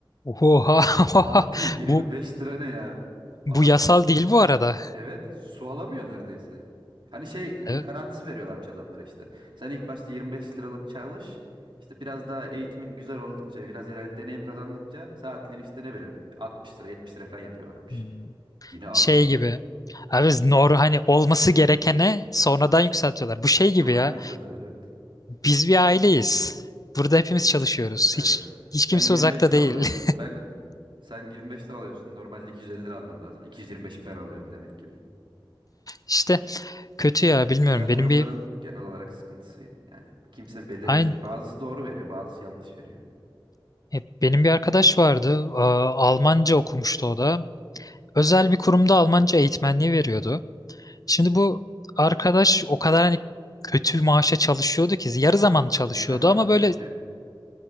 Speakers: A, on the left (about 45°); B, on the right (about 65°).
A: Oha,
B: Taatli
A: <laughs>
B: 25
A: Bu
B: lira ne ya?
A: bu
B: Adam
A: yasal
B: su-
A: değil bu arada.
B: evet su alamıyor neredeyse. Hani şey garantisi
A: Evet.
B: veriyorlarmış adamlara işte. Sen ilk başta 25 liralık çalış. İşte biraz daha eğitimin güzel oldukça, biraz ileride deneyim kazandıkça saatliğini işte ne bileyim 60 lira 70 lira falan yapıyorlarmış.
A: Hmm.
B: Yine az
A: Şey
B: ha.
A: gibi. Abi biz nor hani olması gerekene sonradan yükseltiyorlar. Bu şey
B: Sonradan
A: gibi ya.
B: yükseltiler evet.
A: Biz bir aileyiz. Burada hepimiz çalışıyoruz.
B: Evet.
A: Hiç hiç
B: Sen
A: kimse
B: 25
A: uzakta değil.
B: lira alıyorsun.
A: <laughs>
B: Ben sen 25 lira alıyorsun. Normalde 250 lira alman lazım. 225'i ben alıyorum demek ki.
A: İşte kötü ya bilmiyorum.
B: Özel
A: Benim
B: kurumların
A: bir
B: genel olarak sıkıntısı yani kimse belirlemiyor.
A: aynı
B: Bazısı doğru veriyor, bazısı yanlış veriyor.
A: e, benim bir arkadaş vardı. Aa, Almanca okumuştu o da. Özel bir kurumda Almanca eğitmenliği veriyordu. Şimdi bu arkadaş o kadar hani kötü maaşa çalışıyordu ki yarı zamanlı çalışıyordu
B: Ne kadar
A: ama
B: kötü.
A: böyle